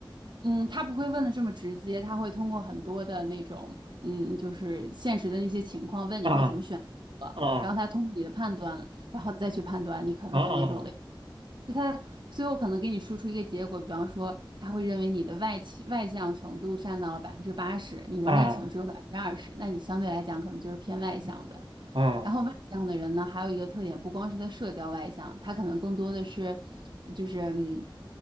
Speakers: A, on the right; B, on the right.
A: 嗯，他不会问的这么直接，他会通过很多的那种，嗯，就是现实的那些情况，问你会怎么选择，
B: 啊哦
A: 然后他通过你的判断，然后再去判断你可能是哪种类。
B: 哦哦
A: 就他最后可能给你输出一个结果，比方说他会认为你的外倾外向程度占到了百分之八十，你的内情只有百分之二十，
B: 哦
A: 那你相对来讲可能就是偏外向的。
B: 哦。
A: 然后外向的人呢，还有一个特点，不光是在社交外向，他可能更多的是，就是嗯